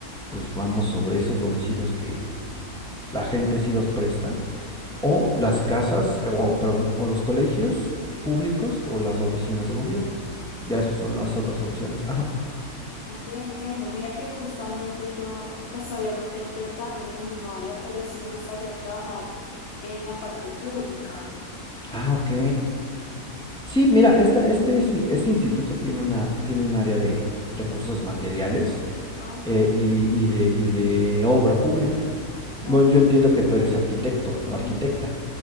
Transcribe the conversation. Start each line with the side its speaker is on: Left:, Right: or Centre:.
Centre: pues vamos sobre esos domicilios que la gente sí los presta,
Left: ok.
Centre: o las casas, eh, o perdón, o los colegios públicos o las oficinas de gobierno. Ya
Left: Ok.
Centre: esas son las otras opciones. Ajá.
Left: Ok, entiendo. Mira que justamente yo, pues obviamente no quiero trabajar en el mismo área, pero sí me gustaría trabajar en la parte pública.
Centre: Ah, ok.
Left: ¿Sabes?
Centre: Sí, mira, esta, este, sí, este instituto tiene una, tiene un área de recursos materiales
Left: Ok,
Centre: eh, y, y de, y de obra pública. Bueno,
Left: ok.
Centre: yo entiendo
Left: sí,
Centre: que tú eres arquitecto
Left: ujú.
Centre: o arquitecta.